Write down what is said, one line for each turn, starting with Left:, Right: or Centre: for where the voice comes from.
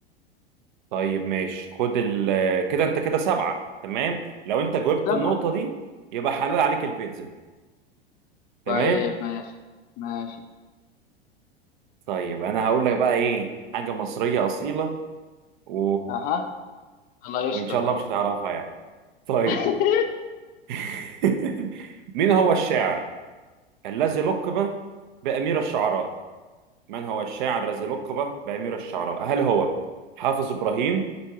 Right: طيب ماشي خد ال كده انت كده سبعة تمام لو انت جاوبت
Left: سبعة
Right: النقطة دي يبقى حلال عليك البيتزا تمام
Left: طيب ماشي ماشي
Right: طيب انا هقول لك بقى ايه حاجة مصرية أصيلة و...
Left: أها الله يستر
Right: وان شاء الله مش هتعرفها يعني طيب
Left: <laughs>
Right: <laughs> مين هو الشاعر الذي لقب بأمير الشعراء من هو الشاعر الذي لقب بأمير الشعراء هل هو حافظ إبراهيم